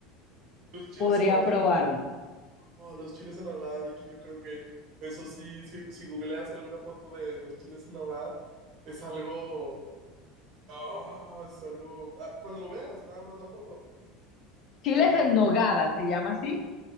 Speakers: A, on the right; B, on the left.
A: Los chiles
B: podría
A: en ahogada,
B: probarlo.
A: oh, los chiles en ahogada, Vicky, yo creo que eso sí, si, si googleas alguna foto de los chiles en ahogada, es algo, ah, es algo, ah, cuando lo veas, nada más la foto,
B: Chiles
A: em,
B: en nogada, se llama así.